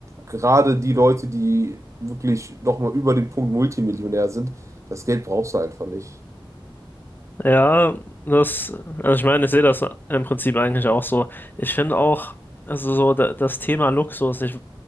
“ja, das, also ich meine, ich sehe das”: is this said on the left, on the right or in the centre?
Left